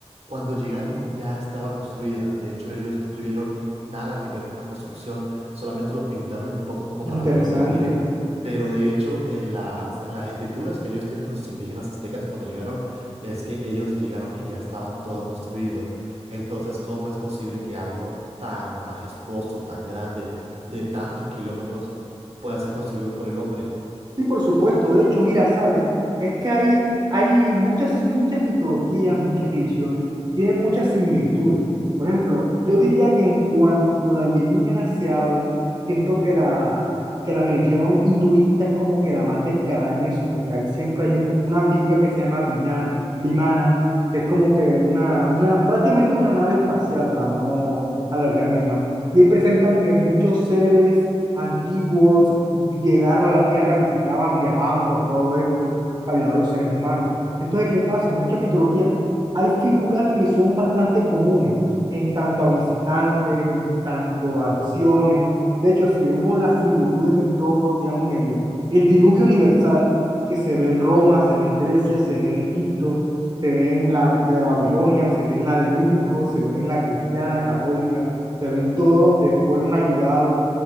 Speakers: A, on the right; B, on the right.
A: cuando llegaron ya estaba construida. De hecho, ellos no tuvieron nada que ver con la construcción, solamente lo pintaron un poco como para
B: Interesante.
A: ponerlo bonito. Pero de hecho, en las, en las escrituras que ellos tienen los indígenas aztecas cuando llegaron, es que ellos llegaron y ya estaba todo construido. Entonces, ¿cómo es posible que algo tan majestuoso, tan grande, de tantos kilómetros, pueda ser construido por el hombre?
B: Sí, por supuesto. De hecho, mira, sabes, es que hay, hay muchas, muchas mitologías, muchas religiones, tienen muchas similitudes. Por ejemplo, yo diría que en cuanto de alienígenas se habla, siento que la, que la religión hinduista es como que la más descarada en eso, porque ahí siempre hay un- una figura que se llama Vina- Vimana, que es como que una, una, prácticamente una nave espacial, para no alargarme más. Y ahí presentan que muchos seres antiguos llegaron a la Tierra, visitaban, viajaban por todo esto para ayudar a los seres humanos. Entonces, ¿qué pasa? En muchas mitologías hay figuras que son bastante comunes en tanto a visitantes, en tanto a acciones. De hecho, si vemos las similitudes en todo, digamos, el, el diluvio universal que se ve en Roma, se ve en Grecia, se ve en Egipto, se ve en la de Babilonia, se ve en la de México, se ve en la cristiana, católica, se ve en todo donde fueron ayudados